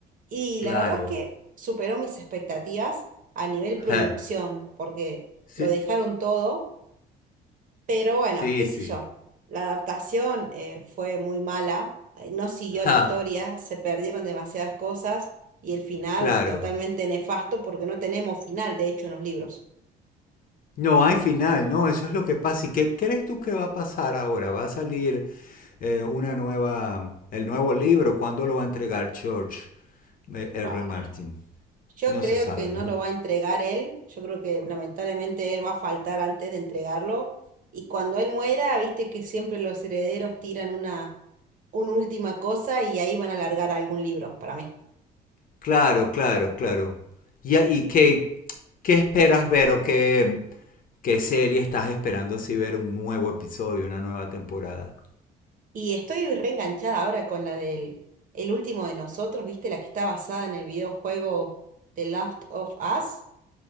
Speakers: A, on the right; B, on the left.
A: Y
B: claro.
A: la verdad es que superó mis expectativas a nivel producción,
B: Ja.
A: porque
B: Sí,
A: lo dejaron todo. Pero bueno,
B: sí,
A: qué
B: sí.
A: sé yo. La adaptación eh, fue muy mala, eh, no siguió
B: Ja,
A: la historia, se perdieron demasiadas cosas y el final
B: claro.
A: totalmente nefasto porque no tenemos final, de hecho, en los libros.
B: No hay final, no, eso es lo que pasa. ¿Y qué crees tú que va a pasar ahora? ¿Va a salir eh, una nueva, el nuevo libro? ¿Cuándo lo va a entregar George eh, R.
A: Bah.
B: Martin?
A: Yo
B: No
A: creo
B: se sabe,
A: que no
B: ¿no?
A: lo va a entregar él, yo creo que lamentablemente él va a faltar antes de entregarlo y cuando él muera, viste que siempre los herederos tiran una, una última cosa y ahí van a largar algún libro para mí.
B: Claro, claro, claro. ¿Y, a- y qué, qué esperas ver o qué, qué serie estás esperando si ver un nuevo episodio, una nueva temporada?
A: Y estoy reenganchada ahora con la del El último de nosotros, ¿viste? La que está basada en el videojuego The Last of Us.